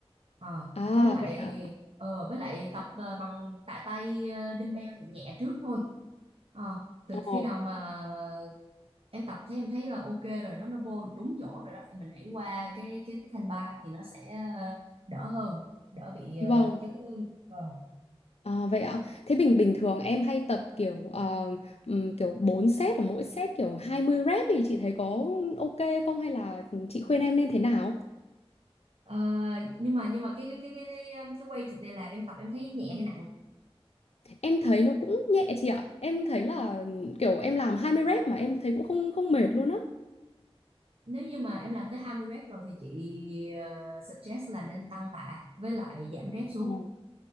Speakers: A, on the right; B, on the left.
A: Ờ,
B: À
A: với lại
B: vậy ạ.
A: ờ, với lại tập ờ, bằng tạ tay ờ, dumbbell nhẹ nhẹ trước thôi Ờ, từ
B: Ờ.
A: khi nào mà em tập thấy em thấy là ok rồi nó nó vô được đúng chỗ rồi đó thì mình hãy qua cái cái cái thanh ba thì nó sẽ ờ, đỡ hơn đỡ bị ờ,
B: Vâng,
A: chấn thương Ờ.
B: à, vậy ạ. Thế bình bình thường em hay tập kiểu ờ, ừm, kiểu bốn set ở mỗi set kiểu 20 rep thì chị thấy có ok không hay là ừ, chị khuyên em nên thế nào?
A: Ờ, nhưng mà nhưng mà cái cái cái cái cái, um, cái weight này là em tập em thấy nhẹ hay nặng
B: Em thấy nó cũng nhẹ chị ạ. Em thấy là ừ, kiểu em làm 20 rep mà em thấy cũng không không mệt luôn á.
A: nếu như mà em làm tới 20 rep rồi thì chị ờ, suggest là nên tăng tạ với lại giảm rep xuống
B: Ờ.